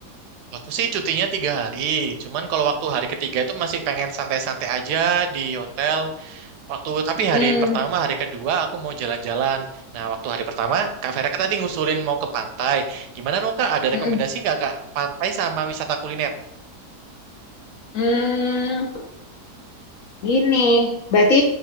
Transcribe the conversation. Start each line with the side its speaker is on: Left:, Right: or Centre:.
Right: Aku sih cutinya tiga hari, cuman kalau waktu hari ketiga itu masih pengen santai-santai aja di hotel. Waktu tapi
Left: Hmm,
Right: hari pertama, hari kedua aku mau jalan-jalan. Nah, waktu hari pertama, Kak Vera kan tadi ngusulin mau ke pantai. Gimana no Kak? Ada
Left: mm-mm.
Right: rekomendasi nggak Kak? Pantai sama wisata kuliner?
Left: Hmm, gini, berarti